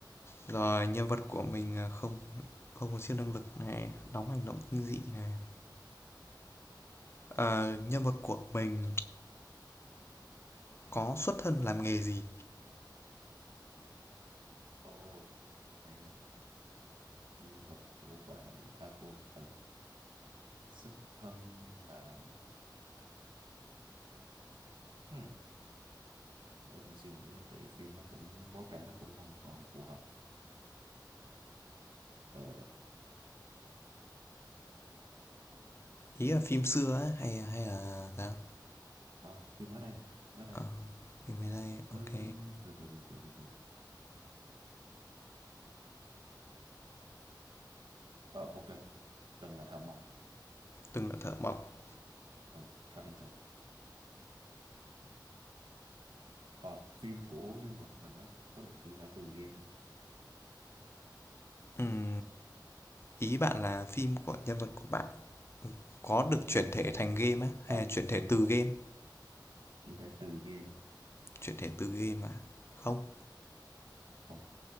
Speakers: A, on the left; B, on the right.
A: rồi nhân vật của mình à, không không có siêu năng lực này đóng hành động kinh dị này Ờ, nhân vật của mình có xuất thân làm nghề gì
B: ồ hay á nhân vật của bạn à của ừ. xuất thân là ừ. để mình suy nghĩ nha tại vì phim nó cũng bối cảnh nó cũng không còn phù hợp ờ
A: ý là phim xưa á hay hay là sao
B: à, phim mới đây hả mới đây
A: Ờ, phim mới đây
B: Ừm,
A: ok
B: từ từ từ từ từ từ ờ ok từng là thợ mộc
A: từng là thợ mộc
B: Ờ, carpenter ờ phim của nhân vật mình đó có được chuyển thể từ game không
A: ừ. ý bạn là phim của nhân vật của bạn có được
B: à,
A: chuyển
B: của của
A: thể thành game á hay
B: à,
A: là chuyển thể từ game
B: chuyển thể từ game
A: chuyển thể từ game à không
B: không